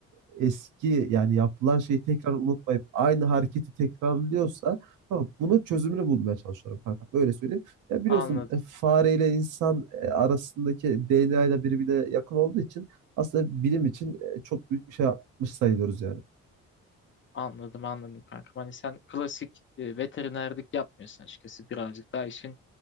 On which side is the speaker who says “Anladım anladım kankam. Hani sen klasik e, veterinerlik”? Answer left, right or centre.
Left